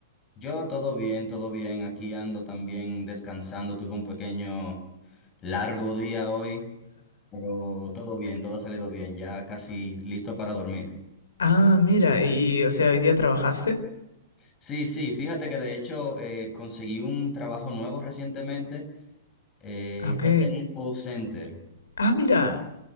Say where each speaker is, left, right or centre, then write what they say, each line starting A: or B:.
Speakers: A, on the left (about 25°); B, on the left (about 75°).
A: Yo todo bien, todo bien. Aquí ando también descansando. Tuve un pequeño largo día hoy, pero todo bien, todo ha salido bien. Ya casi listo para dormir.
B: Ah, mira, y, y, o sea, ¿hoy día trabajaste?
A: Sí, sí, fíjate que de hecho eh, conseguí un trabajo nuevo recientemente. Eh,
B: Ah, Ok.
A: es en un call center.
B: Ah, mira.